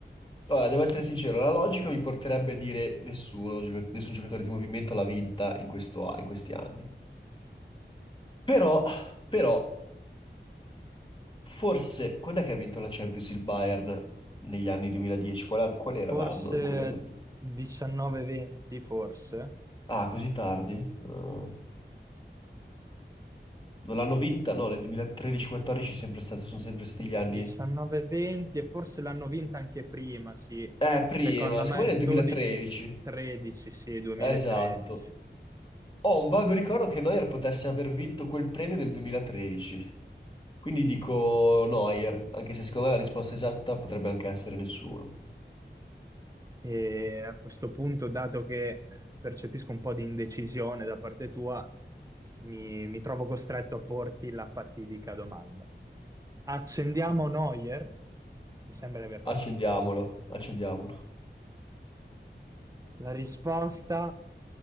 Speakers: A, on the left; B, on the right.
A: Allora, devo essere sincero, la logica mi porterebbe a dire nessuno, gioca- nessun giocatore di movimento l'ha vinta in questo a- in questi anni. Però, però, forse, quando è che ha vinto la Champions il Bayern? Negli anni 2010? Qual, a- qual era
B: Forse
A: l'anno in cui l'hanno vinta?
B: 19-20, forse.
A: Ah, così tardi? Eh, non l'hanno vinta? No, nel 2013-14 è sempre stato- sono sempre stati gli anni...
B: 19-20 e forse l'hanno vinta anche prima, sì.
A: Eh, prima,
B: Secondo me
A: secondo me
B: 12-13,
A: nel 2013.
B: sì, 2013.
A: Esatto. Ho un vago ricordo che Neuer potesse aver vinto quel premio nel 2013, quindi dico Neuer, anche se secondo me la risposta esatta potrebbe anche essere nessuno.
B: E a questo punto, dato che percepisco un po' di indecisione da parte tua, mi, mi trovo costretto a porti la fatidica domanda. Accendiamo Neuer? Mi sembra di aver capito.
A: Accendiamolo, accendiamolo.
B: La risposta